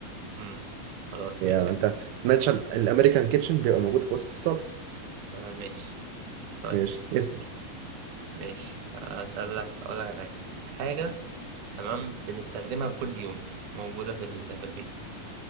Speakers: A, on the right; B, on the right.
A: أمم، خلاص
B: يعني
A: ماشي يا
B: انت
A: عم
B: سمعتش عن الامريكان كيتشن بيبقى موجود في وسط الصالة
A: آه ماشي طيب
B: ماشي اسأل
A: ماشي أسألك أقول لك على حاجة حاجة تمام بنستخدمها كل يوم موجودة في ال- في البيت